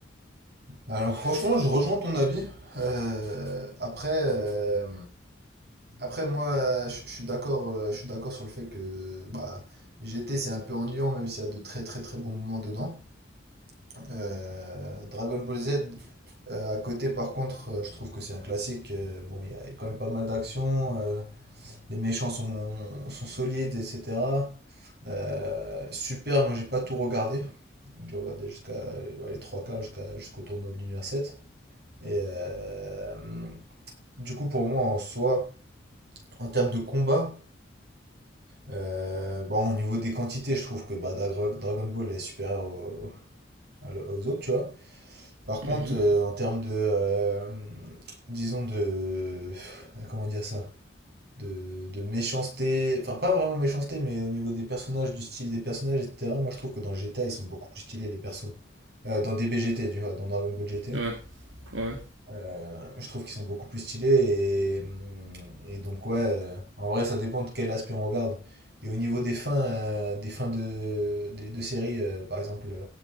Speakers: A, on the right; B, on the right.
A: Alors, franchement, je rejoins ton avis. Euh, après, euh, après, moi, je je suis d'accord, euh, je suis d'accord sur le fait que bah, GT, c'est un peu ennuyant, même s'il y a de très très très bons moments dedans. Euh, Dragon Ball Z, euh, à côté, par contre, euh, je trouve que c'est un classique. Euh, bon, il y a quand même pas mal d'actions. euh, les méchants sont, sont solides, etc. Euh, super, moi j'ai pas tout regardé. Donc, J'ai regardé jusqu'à ouais, les trois quarts, jusqu'à, jusqu'au tournoi de l'univers 7. Et euh, du coup, pour moi, en soi, en termes de combat, euh, bon, au niveau des quantités, je trouve que bah, Dra- Dragon Ball est supérieur au- à l- aux autres, tu vois. Par contre,
B: Mhm.
A: euh, en termes de, euh, disons de, euh, comment dire ça, de, de méchanceté, enfin pas vraiment méchanceté, mais au niveau des personnages, du style des personnages, etc. Moi, je trouve que dans GTA, ils sont beaucoup plus stylés les persos. Euh, dans DBGT, tu vois, dans Dragon Ball GT.
B: Ouais, ouais.
A: Euh, je trouve qu'ils sont beaucoup plus stylés et, hum, et donc ouais, euh, en vrai ça dépend de quel aspect on regarde. Et au niveau des fins, euh, des fins de, des, de séries, euh, par exemple, euh,